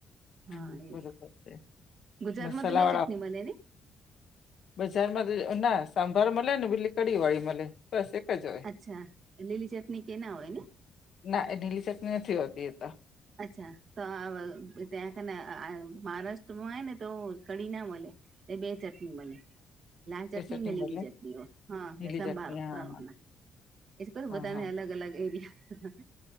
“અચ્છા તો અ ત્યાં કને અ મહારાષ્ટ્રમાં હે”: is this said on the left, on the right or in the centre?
Right